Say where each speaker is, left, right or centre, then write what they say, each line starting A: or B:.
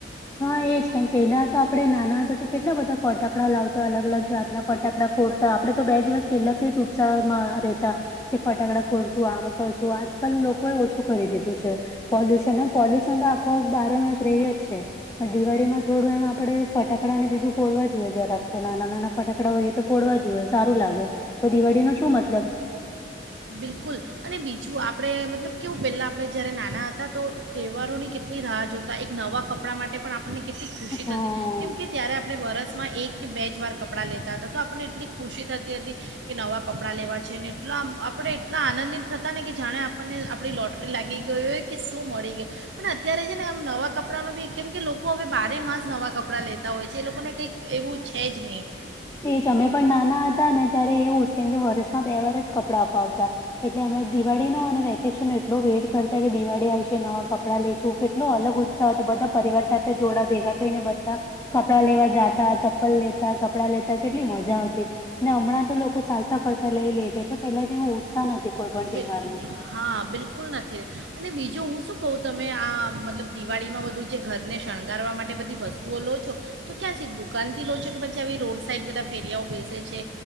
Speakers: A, on the left (about 15°); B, on the right (about 70°).
A: હા, એજ કેમ પેલા તો આપડે નાના હતા તો, કેટલા બધા ફટાકડા લાવતા અલગ-અલગ. જાતના ફટાકડા ફોડતા આપડે, તો બે દિવસ પહેલાથી જ ઉત્સાહમાં રહેતા. કે ફટાકડા ફોડશું કરશું, આજકાલ લોકો એ ઓછું કરી દીધું છે. પોલ્યુશન પોલ્યુશન તો આખો બારમાં જ રહી જ છે. પણ દિવાળીમાં થોડું એમ આપડે ફટાકડા ને બીજું ફોડવા જોઈએ, જરાક તો નાના-નાના ફટા કડા હોઈ તો, ફોડવા જોએ સારું લાગે, દિવાળી શું મતલબ?
B: બિલકુલ, અને બીજું આપણે મતલબ કેવું પહેલાં આપણે જ્યારે નાના હતા તો. તહેવારોની કેટલી રાહ જોતા, એક નવાં કપડાં માટે પણ આપણને કેટલી ખુશી
A: હા
B: થતી. કેમ કે ત્યારે આપણે વરસમાં એક કે, બે જ વાર કપડાં લેતા હતા તો, આપણને એટલી ખુશી થતી હતી. કે નવા કપડાં લેવા છે ને, એટલામ. આપણે એટલા આનંદિત થતા ને કે, જાણે આપણને આપણી લોટરી લાગી ગઈ હોય કે, શું મળી ગયું. પણ અત્યારે છે ને, આમ નવા કપડામાં બી કેમ કે લોકો હવે બારે માસ નવાં કપડાં લેતા હોય છે, એ લોકોને કંઈક એવું છે જ નહીં.
A: એ અમે પણ નાના હતા ને, ત્યારે એવું જ કેમ કે, વર્ષમાં બે વાર જ કપડાં અપાવતા. એટલે અમે દિવાળી નો અને વેકેશન એટલો વેટ કરતા કે, દિવાળી આવશે નવા કપડા લેેશું, કેટલો અલગ ઉ ઉત્સાહ તો બધા પરિવાર સાથે જોડા ભેગા થઈને, બધા કપડા લેવા જાતા, ચપ્પલ લેતા, કપડાં લેતા, કેટલી મજા આવતી ને, હમણાં તો લોકો ચાલ તા ફરતા લઈ લેજ પહેલા જે ઉત્સાહ નથી. કોઈ પણ
B: બે.
A: તહેવારનો
B: હા, બિલકુલ નથી, અને બીજું હું શું કહું, તમે આ મતલબ દિવાળીમાં બધું. જે ઘર ને, શણગારવા માટે બધી વસ્તુઓ લો છો. તો ક્યાં છે, દુકાન થી લોજો કે, પછી આવી રોડ સાઈડ બધા ફેરિયાઓ બેસે છે,